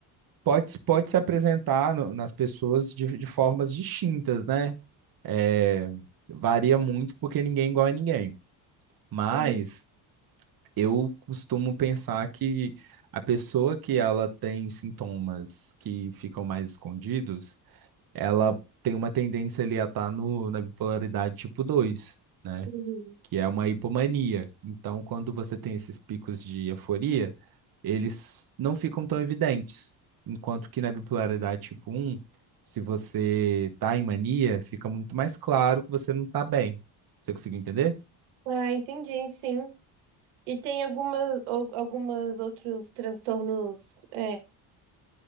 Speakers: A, on the right; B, on the right.
A: pode, se- pode se apresentar no- nas pessoas de, de formas distintas, né? É, varia muito porque ninguém é igual a ninguém. Mas
B: Uhum,
A: eu costumo pensar que a pessoa que ela tem sintomas que ficam mais escondidos, ela tem uma tendência ali a estar no, na bipolaridade tipo dois né?
B: uhum.
A: que é uma hipomania. Então, quando você tem esses picos de euforia, eles não ficam tão evidentes. Enquanto que na bipolaridade tipo um, se você está em mania, fica muito mais claro que você não está bem. Você conseguiu entender?
B: Ah, entendi, sim. E tem algumas, al- algumas outros transtornos, é,